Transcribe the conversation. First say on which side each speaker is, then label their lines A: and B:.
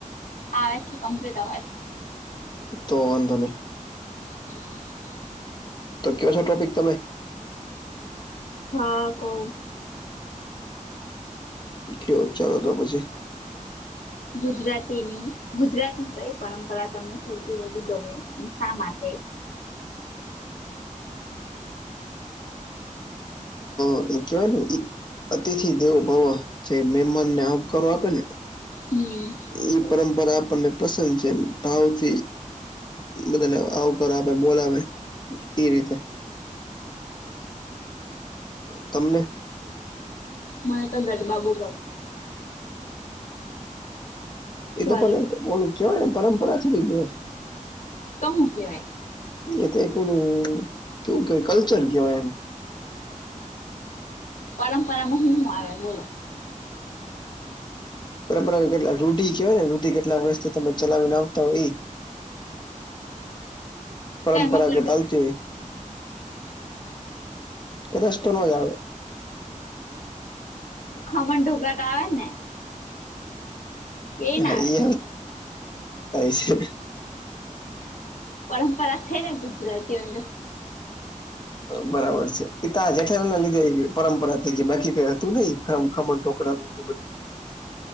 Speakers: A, on the left; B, on the left.
A: આવે છે કમપ્લીટ અવાજ.
B: તો વાંધો નઈ.
A: <unintelligible>
B: તો કયોછો ટોપિક તમે?
A: હા કવ.
B: કયો ચાલો તો પછી.
A: ગુજરાતીની, ગુજરાતની કઈ પરંપરા તમને સૌથી વધુ ગમે અને શા માટે?
B: <inaudible> ને અતિથિ દેવો ભવ જે મેહમાનને આવકારો આપે ને
A: હમ્મ
B: ઈ પરંપરા આપણને પસંદ છે ભાવથી બધાને આવકાર આપે, બોલાવે ઈ રીતે. તમને?
A: મને તો ગરબા બો ગમે.
B: એ
A: ગરબા
B: તો પણ ઓલુ કેવાય ને પરંપરા થોડી કેવાય.
A: તો હું કેવાય?
B: એ તો <unintelligible> કેવું કેવાય... કલ્ચર કેવાય એને.
A: પરંપરામાં હું-હું આવે બોલો?
B: પરંપરા કેટલા રૂઢિ કેહેવાય ને રૂઢિ કેટલાક વર્ષથી તમે ચલાવીને આવતા હોય ઈ પરંપરાગત
A: તો એમાં ગરબા
B: આવતી હોય.
A: <inaudible>
B: રસ્તો નો જ આવે.
A: ખમણ, ઢોકળા તો આવે જ ને? કે
B: હા
A: ના આવે
B: ઇ <unintelligible> છે.
A: પરંપરા થઈ ને ગુજરાતીઓનીં. <unintelligible>
B: બરાબર છે એતો આ જેઠાલાલના લીધે આયી ગયુ પરંપરા થઈ છે બાકી કઈ હતું નઇ ખમણ ઢોકળાંન <inaudible>